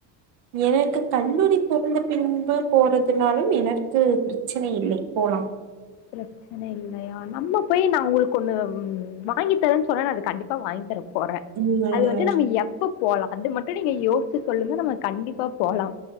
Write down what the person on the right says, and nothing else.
எனக்கு கல்லூரி பிறந்த பின்பு போறதுனாலும் எனக்கு பிரச்சனை இல்லை போலாம்
ம்